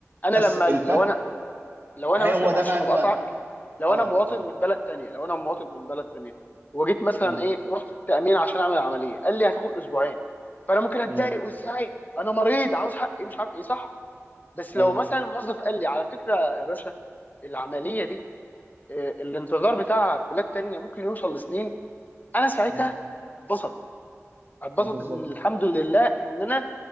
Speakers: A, on the left; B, on the right.
A: انا
B: بس
A: لما
B: الفرق
A: لو انا لو انا
B: هو
A: مثلا معلش
B: ده بقى
A: انا
B: الفرق
A: بقطعك لو
B: اه
A: انا مواطن
B: اه
A: من بلد تانية لو انا مواطن من بلد تانية وجيت مثلا
B: امم
A: ايه رحت التأمين عشان اعمل عملية قال لي هتاخد اسبوعين فانا ممكن اتضايق
B: امم
A: وازاي انا مريض عاوز حقي مش عارف ايه صح بس لو
B: ايوه
A: مثلا الموظف قال لي على فكرة يا باشا العملية دي آه، الانتظار بتاعها في بلاد تانية ممكن يوصل لسنين انا ساعتها
B: امم
A: اتبسط اتبسط
B: بالظبط
A: ان الحمد لله ان انا